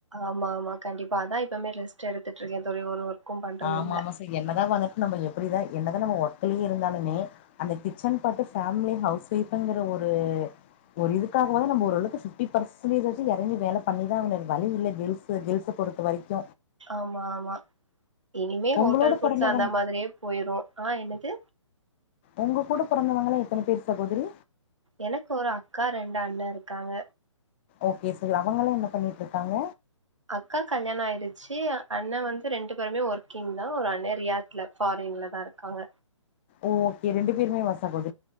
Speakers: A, on the right (about 70°); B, on the left (about 20°).
A: ஆமா ஆமா கண்டிப்பா அதான் இப்பவுமே ரெஸ்ட் எடுத்துட்டு இருக்கேன் தோழி ஒரு பண்றது
B: ஆமா
A: இல்ல
B: ஆமா சார் என்னதா வந்துட்டு நம்ம எப்டிதா என்னதா நம்ம ஒர்கலயே இருந்தாலுமே அந்த கிச்சன் பட்டு ஹவுஸ் வொய்ப்ங்கிற ஒரு ஒரு இதுக்காகவது நம்ம ஓரளவுக்கு பிப்டி பர்சன்டேஜ்சாச்சு எறங்கி வேல பண்ணிதா ஆகனு வேற வழி இல்ல கேள்ஸ் கேல்ஸ பொறுத்த வரைக்கு
A: ஆமா ஆமா இனிமே
B: உங்களோட
A: ஹோட்டல் ஃபுட்ஸ்
B: பொறந்தவங்க
A: அந்த மாதிரியே போயிரு ஆ என்னது
B: ஒங்க கூட பிறந்தவங்களாங் எத்தன பேரு சகோதரி
A: எனக்கு ஒரு அக்கா ரெண்டு அண்ணே இருக்காங்க
B: ஓகே ச அவங்களா என்ன பண்ணிட்டு இருக்காங்க
A: அக்கா கல்யாணம் ஆயிடுச்சு அண்ண வந்து ரெண்டு பேருமே ஒர்க்கிங் தா ஒரு அண்ணே ரியாத்ல ஃபாரின்ல தா இருக்காங்க
B: ஓகே ரெண்டு பேருமே வசா கொடுச்சு